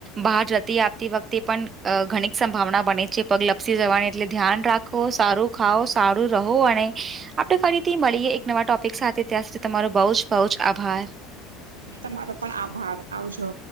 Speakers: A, on the right; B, on the right.
A: બહાર જતી આવતી વખતે પણ ઘણીક સંભાવના બને છે પગ લપસી જવાની એટલે ધ્યાન રાખ વુ સારું ખાાવ સારું રહો અને આપણે ફરી થી મળીએ એક નવા ટોપિક સાથે ત્યાં સુધી તમારો બહુ જ બહુ જ આભાર
B: તમારો પણ આભાર આવજો.